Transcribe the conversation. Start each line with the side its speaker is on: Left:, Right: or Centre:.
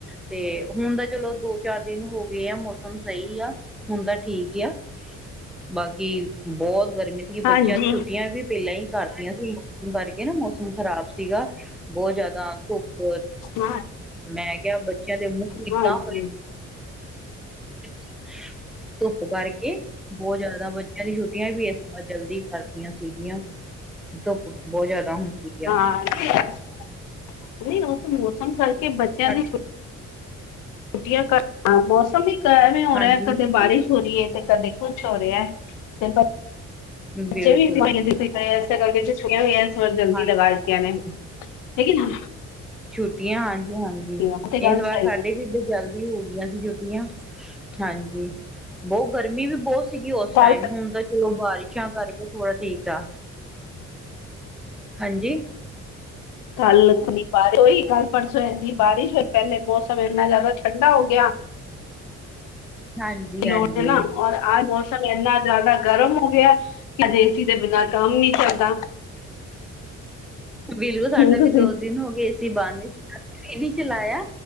Centre: ਤੇ ਹੁਣ ਤਾਂ ਚਲੋ ਦੋ-ਚਾਰ ਦਿਨ ਹੋ ਗਏ ਆ, ਮੌਸਮ ਸਈ ਆ ਹੁਣ ਤਾਂ ਠੀਕ ਆ। ਬਾਕੀ ਬੋਤ ਗਰਮੀ ਸੀਗੀ ਬੱਚਿਆਂ
Left: ਹਾਂਜੀ
Centre: ਦੀ ਛੁੱਟੀਆਂ ਵੀ ਪਹਿਲਾਂ ਈ। ਕਰਤੀਆਂ ਸੀ, ਹੁਣ ਵਰਗੇ ਨਾ ਮੌਸਮ ਖ਼ਰਾਬ ਸੀਗਾ ਬੋਤ ਜ਼ਿਆਦਾ ਧੁੱਪ ਅਂ।
Left: ਹਾਂ
Centre: ਮੈਂ ਕਿਆ ਬੱਚਿਆਂ ਦੇ ਮੂੱਖ ਕਿੱਦਾਂ
Left: ਹਾਂਜੀ
Centre: ਹੋਏ <unintelligible> ਧੁੱਪ ਕਰਕੇ। ਬੋਤ ਜ਼ਿਆਦਾ ਬੱਚਿਆਂ ਦੀ ਛੁੱਟੀਆਂ ਵੀ ਇਸ ਵਾਰ ਜਲਦੀ ਕਰ ਦਿੱਤੀਆ ਸੀਗੀਆਂ। ਧੁੱਪ ਬੋਤ ਜ਼ਿਆਦਾ ਹੁੰਦੀ ਆ।
Left: <unintelligible> ਨਈਂ ਓ ਤੇ ਮੌਸਮ ਕਰਕੇ ਬੱਚਿਆਂ
Centre: ਸਾਡੇ
Left: ਦੀ ਛੁ ਛੁੱਟੀਆਂ ਕਰ, ਹਾਂ ਮੌਸਮ ਵੀ ਖ਼ਰਾਬ ਹੋ
Centre: ਹਾਂਜੀ
Left: ਰਿਆ ਐ, ਕਦੇ
Centre: ਹਾਂਜੀ
Left: ਬਾਰਿਸ਼ ਹੋਰੀ ਏ ਤੇ ਕਦੇ ਕੁਛ ਹੋ ਰਿਆ ਤੇ ਬੱਚ,
Centre: ਬਿਲਕੁਲ
Left: ਬੱਚੇ ਵੀ <unintelligible> ਏਸੇ ਕਰਕੇ ਛੁੱਟੀਆਂ ਹੋਈਆਂ। ਥੋੜਾ ਜਲਦੀ
Centre: ਹਾਂਜੀ
Left: ਲਗਾ ਦਿੱਤੀਆਂ ਨੇ <unintelligible>
Centre: ਛੁੱਟੀਆਂ ਹਾਂਜੀ ਹਾਂਜੀ,
Left: ਉਹ ਤੇ ਗੱਲ
Centre: ਇਸ ਵਾਰ
Left: ਸਹੀ
Centre: ਸਾਡੇ ਵੀ ਇੱਧਰ ਜਲ ਦੀ ਹੋ ਗੀਆਂ ਸੀ ਛੁੱਟੀਆਂ, ਹਾਂਜੀ ਬੋਤ ਗਰਮੀ ਵੀ ਬੋਤ ਸੀਗੀ ਉਸ
Left: ਕੱਲ
Centre: ਟਾਈਮ ਹੁਣ ਤਾਂ ਚਲੋ ਬਾਰਿਸ਼ਾਂ ਕਰਕੇ ਥੋੜਾ ਠੀਕ ਆ। ਹਾਂਜੀ?
Left: ਕੱਲ ਅਪਣੀ ਬਾਰੀ ਹੋਈ, ਕੱਲ-ਪਰਸੋਂ ਇੰਨੀ ਬਾਰਿਸ਼ ਹੋਈ ਪਹਿਲੇ ਮੌਸਮ ਇੰਨਾਂ ਜ਼ਿਆਦਾ ਠੰਡਾ ਹੋ ਗਿਆ। <unintelligible>
Centre: ਹਾਂਜੀ ਹਾਂਜੀ
Left: ਮੋਸਮ ਇੰਨਾ ਜ਼ਿਆਦਾ ਗਰਮ ਹੋ ਗਿਆ, ਹਜੇ ਏ ਸੀ ਦੇ ਬਿਨਾਂ ਕੰਮ ਨੀਂ ਚੱਲਦਾ।
Centre: ਬਿਲਕੁਲ ਸਾਡਾ
Left: ਹੁਣ
Centre: ਵੀ
Left: ਤੁਸੀਂ
Centre: ਦੋ ਦਿਨ ਹੋ ਗੇ ਏ ਸੀ ਬੰਦ। ਇਹ ਨੀ ਚਲਾਇਆ,